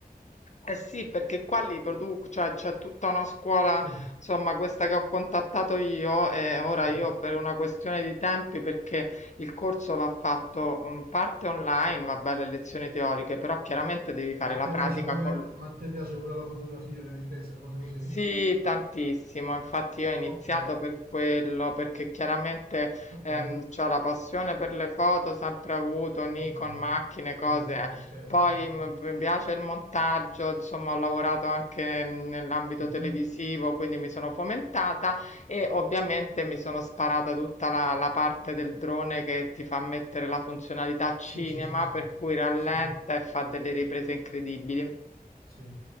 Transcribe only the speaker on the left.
Eh sì, perché qua li produco, cioè c'è tutta una scuola,
insomma, questa che ho contattato io e ora
io per una questione di tempi, perché il corso va fatto mm, parte online, vabbè, le lezioni teoriche, però chiaramente devi fare
la
pratica
con...
Sì, tantissimo, infatti io ho iniziato
per quello, perché chiaramente
ehm, c'ho la passione per le foto, sempre avuto, Nikon,
macchine, cose.
Poi
m- mi piace il montaggio, insomma, ho lavorato anche mm, nell'ambito
televisivo, quindi mi sono fomentata e ovviamente mi sono sparata tutta la, la parte del drone che ti fa mettere la funzionalità cinema,
per cui rallenta
e fa delle riprese incredibili.